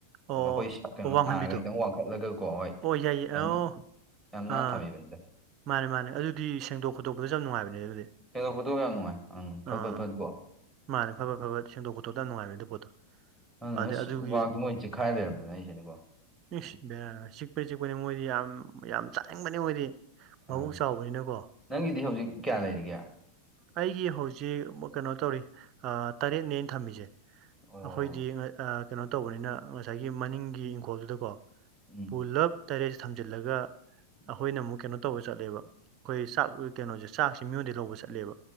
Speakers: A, on the right; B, in the centre.
A: ꯑꯣ
B: ꯑꯩꯈꯣꯏ ꯀꯩꯅꯣ
A: ꯑꯣ ꯋꯥꯡꯍꯟꯕꯤꯗꯣ
B: ꯁꯥꯔꯒ ꯈꯤꯇꯪ ꯋꯥꯡꯈꯠꯂꯒꯀꯣ ꯍꯣꯏ
A: ꯑꯣ ꯌꯥꯏꯌꯦ
B: ꯐꯖꯅ
A: ꯑꯣ
B: ꯌꯥꯝ ꯅꯥꯟꯅ
A: ꯑꯥ
B: ꯊꯕꯤꯕꯅꯤꯗ
A: ꯃꯥꯅꯦ ꯃꯥꯅꯦ ꯑꯗꯨꯗꯤ ꯁꯦꯡꯗꯣꯛ ꯈꯣꯠꯇꯣꯛꯄꯗꯁꯨ ꯌꯥꯝ ꯅꯨꯡꯉꯥꯏꯕꯅꯦ ꯑꯗꯨꯗꯤ
B: ꯁꯦꯡꯗꯣꯛ ꯈꯣꯇꯣꯛ ꯌꯥꯝ ꯅꯨꯡꯉꯥꯏ ꯎꯝ ꯐꯠ
A: ꯑꯥ
B: ꯐꯠ ꯐꯠꯀꯣ
A: ꯃꯥꯅꯦ ꯐꯕꯠ ꯐꯕꯠ ꯁꯦꯡꯗꯣꯛ ꯈꯣꯠꯇꯣꯛ ꯌꯥꯝ ꯅꯨꯡꯉꯥꯏꯕꯅꯦ ꯑꯗꯨ ꯄꯣꯠꯇꯣ
B: ꯑ
A: ꯑꯗꯩ
B: ꯑꯁ
A: ꯑꯗꯨꯒꯤ
B: ꯎꯕꯥꯛꯇꯣ ꯃꯣꯏ ꯆꯤꯛꯈꯥꯏ ꯂꯩꯔꯝꯕꯅꯦ ꯍꯥꯏꯁꯤꯅꯤꯀꯣ
A: ꯏꯁ ꯕꯦꯔꯥ ꯆꯤꯛꯄꯅꯦ ꯆꯤꯛꯄꯅꯦ ꯃꯣꯏꯗꯤ ꯌꯥꯝ ꯌꯥꯝ ꯆꯥꯅꯤꯡꯕꯅꯤ ꯃꯣꯏꯗꯤ ꯃꯕꯨꯛ
B: ꯑꯥ
A: ꯆꯥꯎꯕꯅꯤꯅꯀꯣ
B: ꯅꯪꯒꯤꯗꯤ ꯍꯧꯖꯤꯛ ꯀꯌꯥ ꯂꯩꯔꯤꯒꯦ
A: ꯑꯩꯒꯤ ꯍꯧꯖꯤꯛ ꯀꯩꯅꯣ ꯇꯧꯔꯤ ꯇꯔꯦꯠꯅꯦ ꯑꯩꯅ ꯊꯝꯃꯤꯁꯦ
B: ꯑꯣ
A: ꯑꯩꯈꯣꯏꯗꯤ ꯑꯩ ꯑ ꯀꯩꯅꯣ ꯇꯧꯕꯅꯤꯅ ꯉꯁꯥꯏꯒꯤ ꯃꯅꯤꯡꯒꯤ ꯏꯪꯈꯣꯜꯗꯨꯗꯀꯣ
B: ꯎꯝ
A: ꯄꯨꯂꯞ ꯇꯔꯦꯠꯁꯦ ꯊꯝꯖꯤꯜꯂꯒ
B: ꯎꯝ
A: ꯑꯩꯈꯣꯏꯅ ꯑꯃꯨꯛ ꯀꯩꯅꯣ ꯇꯧꯕ ꯆꯠꯂꯦꯕ ꯑꯩꯈꯣꯏ ꯆꯥꯛ ꯀꯩꯅꯣꯁꯦ ꯆꯥꯛꯁꯦ ꯃꯤꯉꯣꯟꯗꯩ ꯂꯧꯕ ꯆꯠꯂꯦꯕ